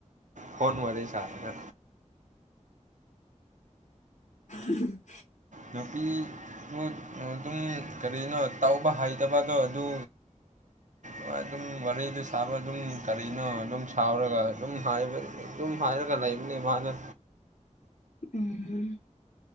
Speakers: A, on the right; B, on the left.
A: ꯐꯣꯟ ꯋꯥꯔꯤ ꯁꯔꯒꯥ꯫
B: ꯎꯝ꯫
A: ꯅꯨꯄꯤꯕꯨ ꯑꯗꯨꯝ ꯀꯔꯤꯅꯣ ꯇꯥꯎꯕ ꯍꯩꯇꯕꯗꯣ ꯑꯗꯨ꯫
B: <unintelligible> <inaudible>
A: ꯍꯣꯏ ꯑꯗꯨꯝ ꯋꯥꯔꯤꯗꯨ ꯁꯥꯕ ꯑꯗꯨꯝ ꯀꯔꯤꯅꯣ ꯑꯗꯨꯝ ꯁꯥꯎꯔꯒ ꯑꯗꯨꯝꯝ ꯍꯥꯏꯔꯒ꯫ ꯂꯩꯕꯅꯦ꯫
B: ꯎꯝ ꯎꯝ